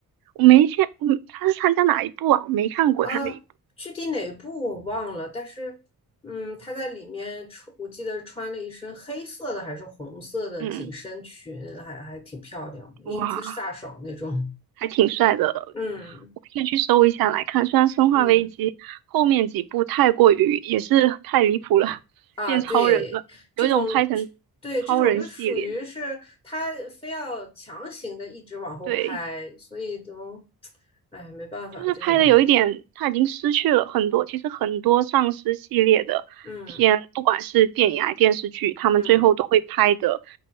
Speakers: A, on the right (about 70°); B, on the left (about 15°).
A: 我没见，嗯，她是参加哪一部啊？我没看过她那一部。
B: 啊，具体哪部我忘了，但是，嗯，他在里面穿，我记得穿了一身黑色的还是红色的紧身裙，
A: 嗯，
B: 还还挺漂亮的英姿飒爽那种。
A: 哇，还挺帅的。
B: <laughs> 嗯
A: 我可以去搜一下来看。虽然《生化危机》后面几部太过于也是太离谱了，
B: 嗯。
A: <laughs>
B: 啊，
A: 变超人了，
B: 对，这种，
A: 有一种拍成
B: 对，这种就属于是他非要强行的一直往后拍，
A: 超人系列，对，
B: 所以都，<tsk> 哎，没办法，
A: 就是拍的有一点他已经失去了很多。
B: 这种，
A: 其实很多丧尸系列的片，
B: 嗯
A: 不管是电影还是电视剧，他们最后都会拍的，
B: 嗯，